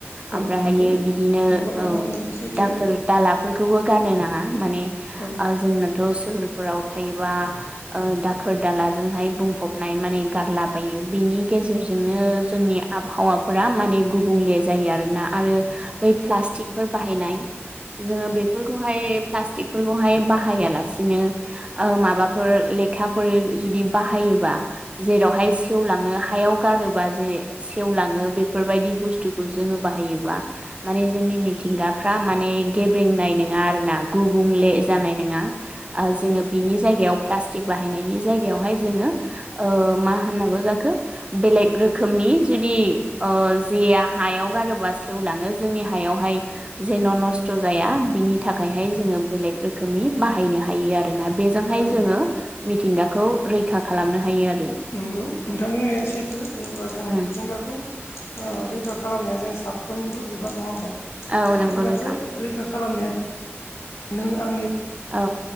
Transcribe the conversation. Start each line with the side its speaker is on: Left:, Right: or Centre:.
Left: औ
Right: ओमफ्राय
Left: नंगौ
Right: हायो बिदिनो
Left: नंगौ नोंथां
Right: औ
Left: बुंनाया सैथो
Right: दाखोर दालाफोरखौबो गारनो नाङा माने
Left: औ
Right: ओ जोंनोथ' सोहोरफोराव थायोबा ओ दाखोर दालाजोंहाय बुंफबनाय माने गारलाबायो बेनि गेजेरजोंनो जोंनि आबहावाफोरा माने गुबुंले जायो आरोना आरो बै प्लास्टकफोर बाहायनाय जोङो बेफोरखौहाय प्लास्टिकफोरखौहाय बाहाया लासेनो ओ माबाफोर लेखाफोर जुदि बाहायोबा जेरावहाय सेवलाङो हायाव गारोबा जेरै सेवलाङो बेफोर बेफोरबायदि बुसथुखौ जोङो बाहायोबा माने जोंनि मिथिंगाफ्रा माने गेब्रेंनाय नङा आरोना गुबुंले जानाय नोङा ओ जोङो
Left: औ
Right: बिनि जायगाव प्लास्टिक बाहायनायनि जायगायावहाय जोङो ओ मा होननांगौ जाखो बेलेक रोखोमनि जुदि ओ जेया हायाव गारोबा सेवलाङो जोंनि हायावहाय जेन' नस्थ' जाया बि नि थाखायहाय जोङो बेलेग रोखोमनि बाहायनो हायो आरोना। बेजोंहाय
Left: औ
Right: जोङो मिथिंगाखौ रैखा खालामनो हायो आर
Left: नंगौ नोंथां बुंनाया सैथो जेनेबा जों
Right: उम
Left: मिथिंगाखौ ओ-रैखा खालामनाया जों साफ साफ्रोमनिबो बिबान नङा होमबा
Right: औ नंगौ
Left: मिथिंगाखौ
Right: नोंथां
Left: रैखा खालामनायानो नों आंनि
Right: औ